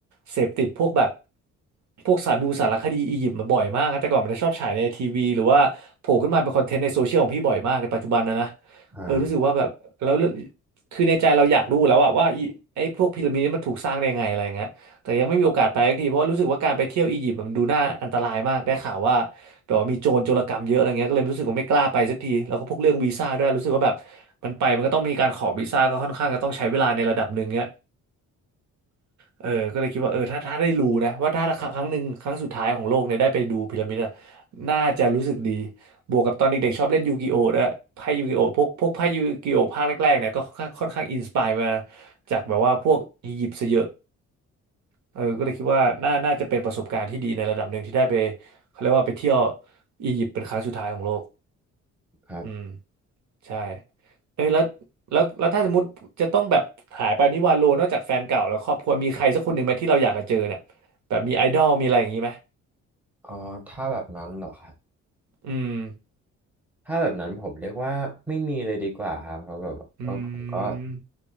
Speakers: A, on the right; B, in the centre.
A: เสพติดพวกแบบพวกสารดูสารคดีอียิปต์มาบ่อยมากนะแต่ก่อนมันจะชอบฉายในทีวีหรือว่าโผล่ขึ้นมาเป็นคอนเทนต์ในโซเชียลของพี่บ่อยมากในปัจจุบันนะนะ
B: อ่า
A: เออรู้สึกว่าแบบแล้ว คือในใจเราอยากรู้แล้วอะว่าอีไอ้พวกพีระมิดนี่มันถูกสร้างได้ยังไงอะไรอย่างเงี้ยแต่ยังไม่มีโอกาสไปสักทีเพราะว่ารู้สึกว่าการไปเที่ยวอียิปต์มันดูน่าอันตรายมากได้ข่าวว่าแบบว่ามีโจรโจรกรรมเยอะอะไรเงี้ยก็เลยรู้สึกว่าไม่กล้าไปสักทีแล้วก็พวกเรื่องวีซ่าด้วยรู้สึกว่าแบบมันไปมันก็ต้องมีการขอวีซ่าก็ค่อนข้างจะต้องใช้เวลาในระดับหนึ่งเงี้ย เออก็เลยคิดว่าเออถ้าถ้าได้รู้นะว่าถ้าครั้งหนึ่งครั้งสุดท้ายของโลกเนี่ยได้ไปดูพีระมิดอะน่าจะรู้สึกดีบวกกับตอนเด็กๆชอบเล่นยูกิโอด้วยไพ่ยูกิโอพวกพวกไพ่ยูกิโอภาคแรกๆเนี่ยก็ค่อนข้างอินสปายมาจากแบบว่าพวกอียิปต์ซะเยอะเออก็เลยคิดว่าน่าน่าจะเป็นประสบการณ์ที่ดีในระดับหนึ่งที่ได้ไปเขาเรียกว่าไปเที่ยวอียิปต์เป็นครั้งสุดท้ายของโลก
B: ครับ
A: อืม ใช่เอ้ยแล้วแล้วแล้วถ้าสมมติจะต้องแบบหายไปนิวาโลนอกจากแฟนเก่าแล้วครอบครัวมีใครสักคนหนึ่งไหมที่เราอยากจะเจอเนี่ยแบบมีไอดอลมีอะไรอย่างนี้ไหม
B: อ๋อถ้าแบบนั้นเหรอครับ
A: อืม
B: ถ้าแบบนั้นผมเรียกว่าไม่มีเลยดีกว่าครับเพราะแบบเออผมก็
A: อืม